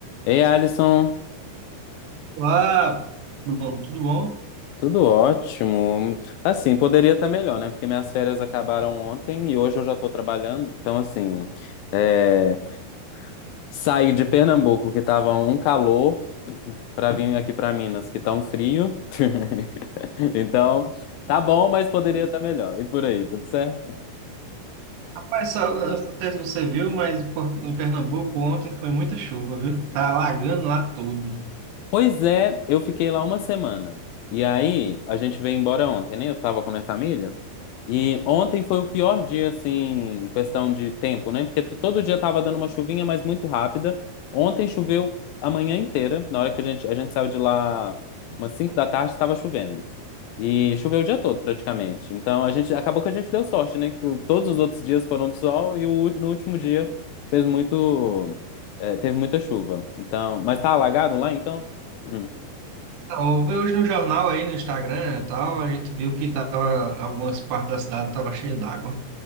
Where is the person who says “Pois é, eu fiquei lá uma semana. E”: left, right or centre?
Left